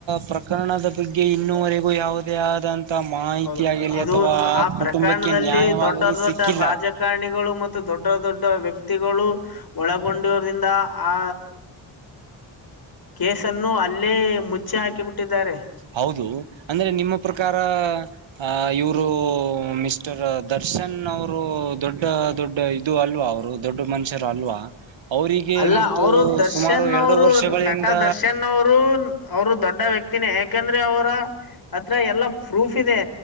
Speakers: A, on the right (about 70°); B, on the left (about 50°).
A: ಪ್ರಕರಣದ. ಬಗ್ಗೆ ಇನ್ನುವರೆಗೂ ಯಾವುದೇ ಅದಾಂಬಿಕ್ ಮಾಹಿತಿ
B: ಹೌದು
A: ಆಗಲಿ
B: ಅದು
A: ಅಥವಾ ಆ
B: ಪ್ರಕರಣದಲ್ಲಿ
A: ಕುಟುಂಬಕ್ಕೆ ನ್ಯಾಯವಾಗಲಿ
B: ದೊಡ್ಡ ದೊಡ್ಡ
A: ಸಿಕ್ಕಿಲ್ಲ.
B: ರಾಜಕಾರಣಿಗಳು ಮತ್ತು ದೊಡ್ಡ ದೊಡ್ಡ ವ್ಯಕ್ತಿಗಳು ಒಳಗೊಂಡಿರ್ರಿಂದ ಆ ಕೇಸನ್ನು ಅಲ್ಲೇ ಮುಚ್ಚಿ ಹಾಕಿಬಿಟ್ಟಿದ್ದಾರೇ.
A: ಹೌದು ಅಂದ್ರೆ ನಿಮ್ಮ ಪ್ರಕಾರ ಅ ಇವರು ಮಿಸ್ಟರ್ ದರ್ಶನ್ ಅವರು ದೊಡ್ಡ ದೊಡ್ಡ ಇದು ಅಲ್ವಾ ಅವರು ದೊಡ್ಡ ಮನುಷ್ಯರು ಅಲ್ವಾ. ಅವರಿಗೆ
B: ಅಲ್ಲ
A: ಮತ್ತು
B: ಅವರು ದರ್ಶನ್
A: ಸುಮಾರು ಎರಡು
B: ಅವರು
A: ವರ್ಷಗಳಿಂದ
B: ನಟ ದರ್ಶನ್ ಅವರು. ಅವರು ದೊಡ್ಡ ವ್ಯಕ್ತಿನೇ ಯಾಕಂದ್ರೆ ಅವರ ಅತ್ರ ಎಲ್ಲಾ ಪ್ರೂಫ್ ಇದೆ.